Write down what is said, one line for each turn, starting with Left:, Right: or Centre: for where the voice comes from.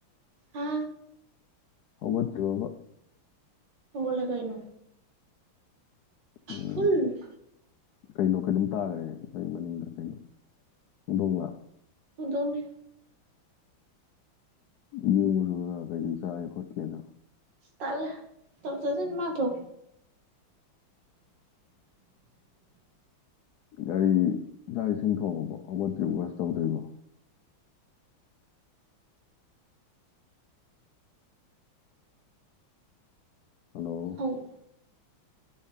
Right: ꯍꯥ
Left: ꯍꯧꯒꯠꯇ꯭ꯔꯤꯕꯣꯕ
Right: ꯍꯧꯒꯠꯂꯦ ꯀꯩꯅꯣ
Left: ꯎꯝ
Right: ꯐꯨꯜ
Left: ꯀꯩꯅꯣ ꯀꯩꯅꯣꯝ ꯇꯥꯈ꯭ꯔꯦ ꯑꯩꯈꯣꯏ ꯃꯅꯤꯡꯗ ꯀꯩꯅꯣ ꯍꯧꯗꯣꯡ ꯂ
Right: ꯎꯗꯧꯅꯤ
Left: ꯌꯦꯡꯉꯨꯆꯣꯗꯅ ꯀꯩꯀꯩ ꯆꯥꯒꯦ ꯈꯣꯠꯀꯦꯗꯣ
Right: ꯇꯜꯂꯦ ꯇꯧꯖꯥꯖꯅꯤ ꯃꯥ ꯊꯣꯛ <unintelligible>
Left: ꯒꯥꯔꯤ ꯆꯥꯛ ꯏꯁꯤꯡ ꯊꯣꯡꯉꯕꯣ ꯍꯧꯒꯠꯇ꯭ꯔꯤꯕ ꯕꯁ ꯇꯧꯗ꯭ꯔꯤꯕꯣ ꯍꯜꯂꯣ
Right: ꯑꯧ